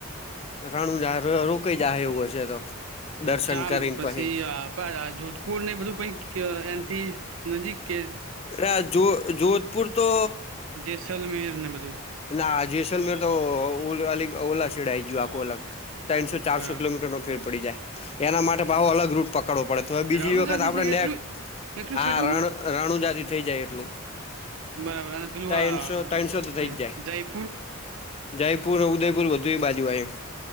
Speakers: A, on the left; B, on the right.
A: રણુજા હારે રોકાઈ જાહે એવું હશે તો.
B: હ
A: દર્શન
B: ચાલ
A: કરીને
B: પછી
A: પહી
B: આ આપણે આ જોધપુર ને બધું પહી એનથી નજીક? કે
A: એ જો જોધપુર તો
B: જેસલમેરને બ
A: ના જેસલમેર તો અલ ઓલા છેડે આઈ ગીયુ આખુ અલગ. ત્રણસો-ચારસો
B: બરાબર
A: કિલોમીટર નો ફેર પડી જાય એના માટે પાહો અલગ રૂટ પક પકડવો પડે તો હવે બીજી
B: રણુજાથી
A: વખત આપડને
B: છે કેટલું એટલું
A: હાર
B: સેટું
A: રણુજાતિ થઈ જાય એટલું.
B: બરાબર અને પેલુ
A: ત્રણસો
B: આ
A: ત્રણસો
B: શું
A: તો થઈ
B: કેવાય
A: જ
B: જયપુર?
A: જયપુર અને ઉદયપુર બધુ એ બાજુ આયુ